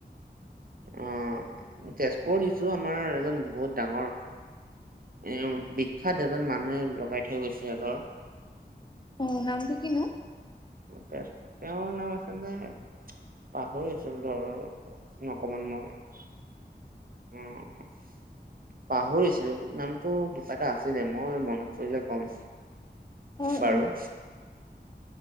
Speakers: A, on the right; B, on the left.
A: অ' তেজপুৰত লিছু আমাৰ এজন বহুত ডাঙৰ এ বিখ্যাত এজন মানুহে লগাই থৈ গৈছে ধৰ।
B: অ' নামটো কিনো?
A: তে তেওঁ নাম আছিলে। পাহৰিছো ধৰ অকমান মই। অ'। পাহৰিছিলো নামটো কিবা এটা আছিলে মই মনত পৰিলে কম।
B: অ
A: বাৰু।
B: অ